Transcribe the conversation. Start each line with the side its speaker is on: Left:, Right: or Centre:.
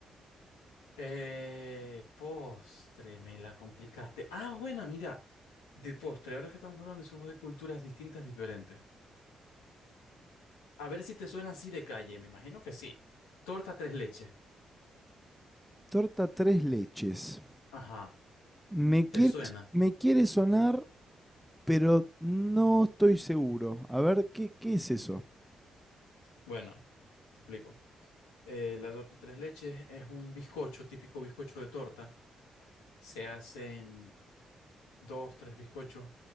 Left: Eh, postre, me la complicaste. Ah, bueno, mira, de postre. Ahora que estamos hablando y somos de culturas distintas, diferentes. A ver si te suena así de calle, me imagino que sí. Torta tres leches.
Centre: Torta tres leches.
Left: Ajá,
Centre: Me quiere,
Left: ¿te suena?
Centre: me quiere sonar, pero no estoy seguro. A ver, ¿qué, qué es eso?
Left: Bueno, te explico. Eh, la torta tres leches es un bizcocho, típico bizcocho de torta. Se hacen dos, tres bizcochos,